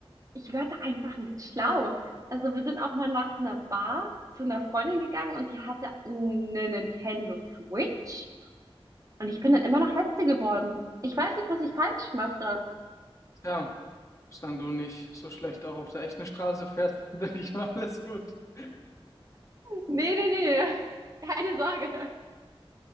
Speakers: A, on the right; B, on the left.
A: ich werde einfach nicht schlau. Also wir sind auch mal nach einer Bar zu einer Freundin gegangen und die hatte eine Nintendo Switch. Und ich bin dann immer noch Letzte geworden. Ich weiß nicht, was ich falsch mache.
B: Tja, solange du nicht so schlecht auch auf der echten Straße fährst, <laughs> denke ich mal, alles gut. <laughs>
A: Nee, nee, nee. Keine Sorge.